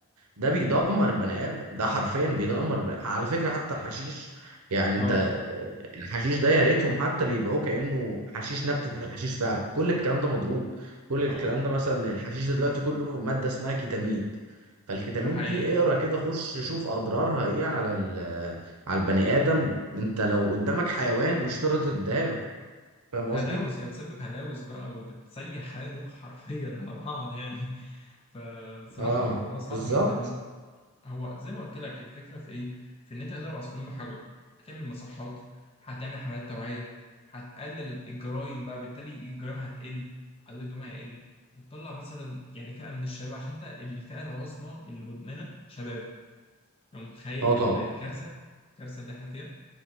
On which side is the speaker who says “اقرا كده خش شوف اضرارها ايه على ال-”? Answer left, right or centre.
Right